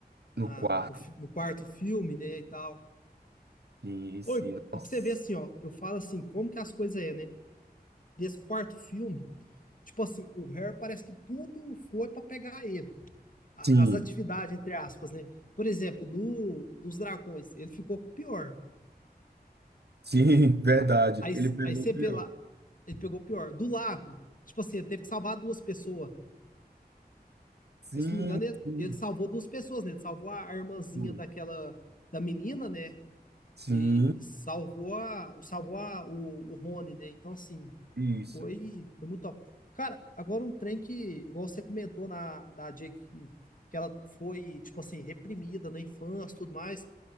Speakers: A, on the left (about 55°); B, on the right (about 80°).
A: na-
B: no quarto.
A: no, fi- no quarto filme, né, e tal.
B: Sim, sim.
A: Oi, e
B: Nossa.
A: pra você ver assim, ó, eu falo assim, como que as coisas é, né? Desse quarto filme, tipo assim, o Harry parece que tudo foi pra pegar ele. A-
B: Sim,
A: as atividades, entre aspas, né? Por exemplo, do, dos dragões, ele ficou com o pior.
B: sim, <laughs> verdade.
A: Aí,
B: Ele pegou
A: aí você
B: o pior.
A: vê lá, ele pegou o pior. Do lago, tipo assim, ele teve que salvar duas pessoas.
B: Sim,
A: Porque, se não me engano, ele,
B: sim,
A: ele salvou duas pessoas, né? Ele salvou a, a irmãzinha
B: sim.
A: daquela, da menina, né?
B: Sim,
A: E, e salvou a, salvou a, o, o Rony, né? Então, assim,
B: isso.
A: foi, foi muito top. Cara, agora um trem que, igual você comentou na, da Jake, que, que ela foi, tipo assim, reprimida na infância e tudo mais.